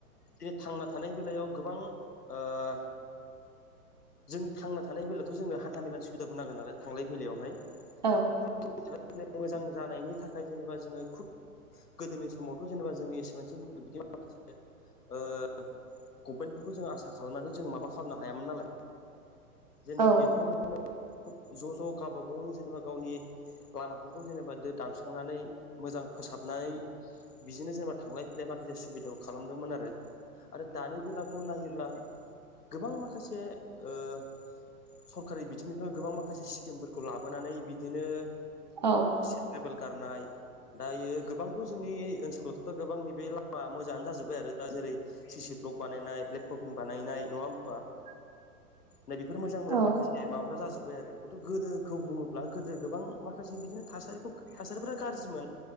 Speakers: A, on the left; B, on the right.
A: इदिनो थांना थानाय बेलायाव गोबां ओह जोंनि थांना थानाय बेलायावथ जोंनो हान्था मेलानि सुबिदाखौ नांगोन नालाय थांलाय फैलायावहाय।
B: औ।
A: दा <unintelligible> मोजां जानायनि थाखाय जेनेबा जोङो खुद गोदोनि समावथ जेनेबा जोंनि एसेबांसिम बिदि माखासे ओह गभमेन्ट फोरखौ जों आसा खालामनानै जोङो माबा खालामनो हायामोन नालाय। जेनेबा
B: औ
A: बेवहायनो <inaudible> ज ज गाबा गावनि जेनेबा गावनि लामाफोरखौ जेनेबा दो दानस्रांनानै मोजां फोसाबनाय बिजिनो जेनेबा थांलाय फैलाय माखासे सुबिदाखौ खालामदोंमोन आरो आरो दानि बेलाखौ नायोब्ला गोबां माखासे ओह सरखारि बिथिंनिफ्राय गोबां माखासे स्किमफोरखौ लाबोनानै बिदिनो
B: औ
A: सेन्द ग्रेबेल गारनाय दायो गोबांथ जोंनि ओनसोलावथ दा गोबां नैबे लामा मोजाङानो जाजोब्बाय आरो दा जेरै सिसि ब्लग बानायनाय ब्लेग टफिं बानायनाय नङा होमबा।
B: <inaudible>
A: नै बेफोर मोजां मोजां
B: औ
A: माखासे माबाफ्रा जाजोब्बाय आरो खिन्थु गोदोखौ बुङोब्ला गोदो गोबां माखासे बिदिनो थासारिखौ थासारिफोरा गारजिमोन।